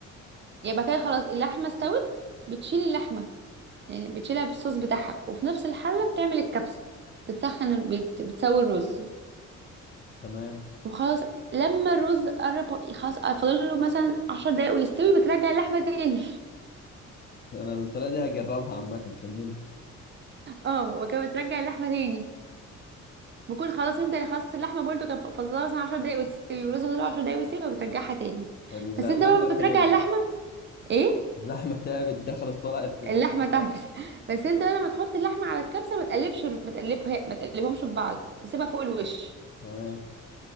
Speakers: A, on the right (about 40°); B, on the left (about 35°).
A: يعني بعد كده خلاص اللحمه استوت بتشيل اللحمه يعني بتشيلها بالصوص بتاعها وفي نفس الحله بتعمل الكبسه بتسخن ال- بت- بتسوي الرز
B: تمام
A: وخلاص لما الرز قرب خلاص فاضل له مثلا 10 دقايق ويستوي بترجع اللحمه تاني <laughs>
B: انا الطريقه دي هجربها عامه كمل
A: اه وكده بترجع اللحمه تاني بكون خلاص انت اللي خلصت اللحمه برضو كان فاضلها مثلا 10 دقايق وتستوي والرز فاضله 10 دقايق ويستوي فبترجعها تاني
B: اللحمه
A: بس انت بقى
B: تعبت
A: بترجع اللحمه ايه
B: اللحمه تعبت دخلت طلعت 20
A: اللحمه تحبس
B: مره
A: <laughs> بس انت بقى لما تحط اللحمه على الكبسه ما تقلبش ما تقلبها ما تقلبهمش في بعض تسيبها فوق الوش
B: تمام